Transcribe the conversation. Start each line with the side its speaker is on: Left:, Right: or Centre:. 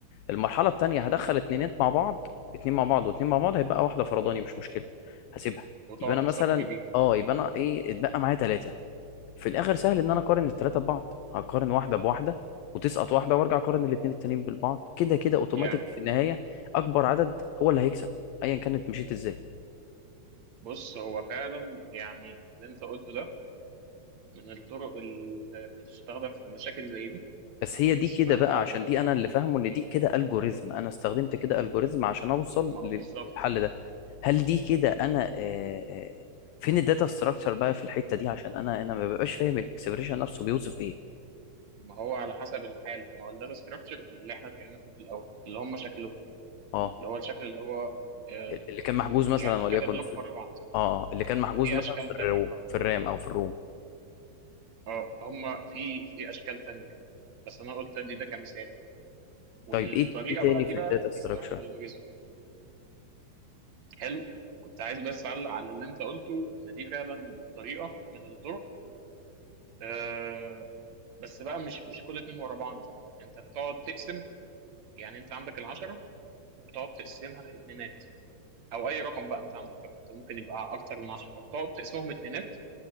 Left: المرحله التانيه هدخل اتنينات مع بعض اتنين مع بعض واتنين مع بعض هيبقى واحده فرداني مش مشكله هسيبها
Right: وتقعد
Left: يبقى انا
Right: تصفي
Left: مثلا
Right: بيهم
Left: اه يبقى انا ايه اتبقى معايا ثلاثه في الاخر سهل ان انا اقارن الثلاثه ببعض هقارن واحده بواحده وتسقط واحده وارجع اقارن الاثنين التانيين بالبعض كده كده اوتوماتيك
Right: يعني
Left: في النهايه اكبر عدد هو اللي هيكسب ايا كانت مشيت ازاي
Right: بص هو فعلا يعني اللي انت قلته ده من الطرق اللي بتستخدم في مشاكل زي دي
Left: بس هي دي
Right: اسمها
Left: كده بقى عشان دي انا اللي فاهمه ان دي كده الجوريزم انا استخدمت كده الجوريزم عشان اوصل
Right: ما هو
Left: للحل
Right: بالظبط
Left: ده هل دي كده انا آه، آه، فين الداتا ستراكشر بقى في الحته دي عشان انا انا ما ببقاش فاهم الاكسبريشن نفسه بيوصف ايه
Right: ما هو على حسب الحاله ما هو الداتا ستراكشر اللي احنا اتكلمنا فيه في الاول اللي هم شكلهم
Left: اه
Right: اللي هو الشكل اللي هو آه
Left: اللي كان محجوز
Right: ب-
Left: مثلا
Right: يعني
Left: وليكن
Right: كذا بلوك
Left: في
Right: ورا بعض
Left: اه اللي كان محجوز
Right: في
Left: مثلا
Right: اشكال
Left: في الروم
Right: تانية اه
Left: في الرام او في الروم
Right: اه هم في في اشكال تانية يعني بس انا قلت ادي ده كمثال والطريقه
Left: طيب ايه ايه تاني
Right: بقى دي
Left: في
Right: بقى
Left: الداتا ستراكشر
Right: دي اسمها الالجوريزم حلو كنت عايز بس اعلق على اللي انت قلته ان دي فعلا طريقه من الطرق آه بس بقى مش مش كل اتنين ورا بعض انت بتقعد تقسم يعني انت عندك العشرة بتقعد تقسمها اتنينات او اي رقم بقى انت عندك طبعا انت ممكن يبقى اكتر من عشرة بتقعد تقسمهم اتنينات